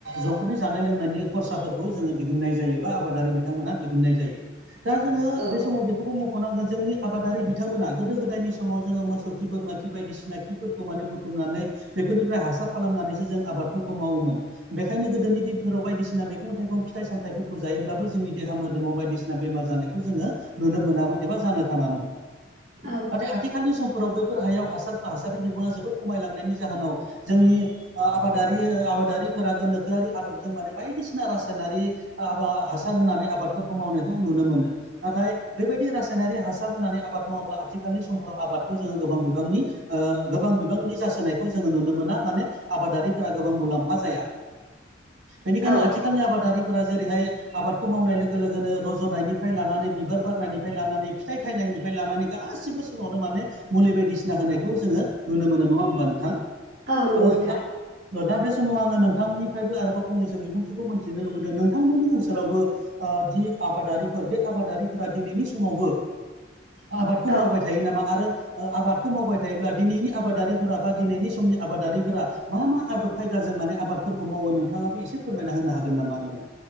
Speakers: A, on the right (about 65°); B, on the right (about 40°).
A: न'खरनि जानाय लोंनायनि खरसाफोरखौ जोङो दिहुन्नाय जायो बा आबादारि बिथांमोना दिहुननाय जायो दा जोङो
B: औ
A: बे समाव <unintelligible> बेखौ मख'नांगोन जोंनि आबादारि बिथांमोना गोदो गोदायनि समाव जोङो मोसौ खि बोरमा खि बायदिसिना खि। खिफोरखौ माने बुथुमनानै बेफोरनिफ्राय हासार खालामनानैसो जों आबादफोरखौ मावोमोन। बेखायनो गोदोनि दिनफोराव बायदिसिना मैगं थाइगं फिथाइ सामथायाइफोरखौ जायोब्लाबो जोंनि देहा मोदोमाव बायदिसिना बेमार जानायखौ जोङो नुनो मोनामोन एबा जानो थाङामोन।
B: औ
A: नाथाय आथिखालनि समफोराव बैफोर हायाव हासारफोर हासारनि बिबाङा जोबोद खमायलांनायनि जाहोनाव जोंनि ओ आबादारि आबादारिफोरा गोनोखोआरि आदबजों बानायबाय बायदिसिना रासायनारि आबा हासार होनानै आबादफोरखौ मावनायखौ नुनो मोनो। नाथाय बेबायदि रासायनारि हासार होनानै आबाद मावोब्ला आथिखालनि समफोराव आबादखौ जोङो गोबां बिबांनि ओ गोबां बिबांनि जासोनायखौ जोङो नुनो मोना माने आबादारिफोरा गोबां मुलाम्फा जाया। बेनिखायनो
B: औ
A: आथिखालनि आबादारिफोरा जेरैहाय आबादखौ मावनाय लोगो लोगोनो रज ज'नायनिफ्राय लानानै बिबार बारनायनिफ्राय लानानै फिथाइ थाइनायनिफ्राय लानानै गासिबो समावनो माने मुलि बायदिसिना होनायखौ जोङो नुनो मोनो नङा होमबा नोंथां
B: औ नंगौ
A: ओ
B: नोंथां
A: दा ओ दा बे समाव आङो नोंथांनिफ्रायबो आरोबाव फंनैसो बिबुंथिखौ मोनथिनो लु मोनदो नोंथांमोननि ओनसोलावबो ओ जि आबादारिफोर बे आबादारिफोरा दिनैनि समावबो आबादखौ
B: औ
A: मावबाय थायो नामा आरो ओ आबादखौ मावबाय थायोब्ला दिनैनि आबादारिफोरा बा दिनैनि समनि आबादारिफोरा मा मा आदब खायदाजों माने आबादफोरखौ मावो नोंथाङाबो एसे फोरमायना होनो हागोन नामा आंनो